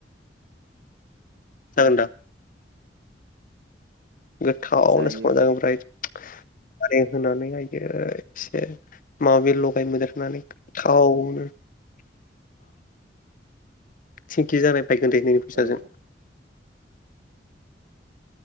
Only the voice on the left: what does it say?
जागोन
दा गोथावनो
संना जानांगौब्रा नारें होनानै आयै एसे माबि लगाय मोनदेर होनानै गोथावनो <unintelligible>